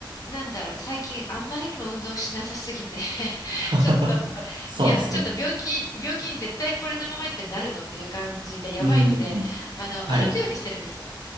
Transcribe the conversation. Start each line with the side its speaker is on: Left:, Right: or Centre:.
Left: なんだろう、最近あんまりにも運動しなさすぎて <laughs>
Right: <laughs>
Left: ちょっと、
Right: そうですね。
Left: いや、ちょっと病気、病気に絶対これのままいってなるぞっていう感じでやばいので、
Right: うーん。
Left: あの、
Right: はい。
Left: 歩くようにしてるんですよ。